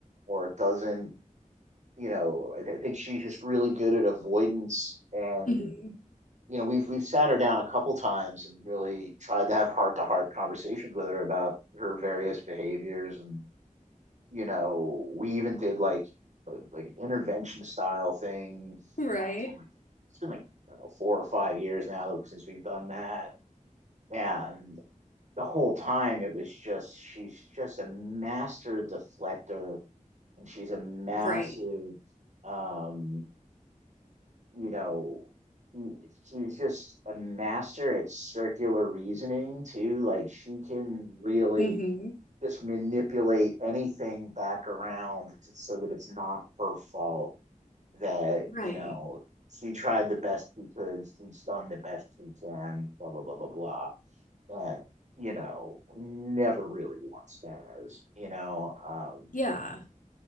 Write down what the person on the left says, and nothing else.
Mhm.
Right.
Right.
hmm
Right.
Yeah.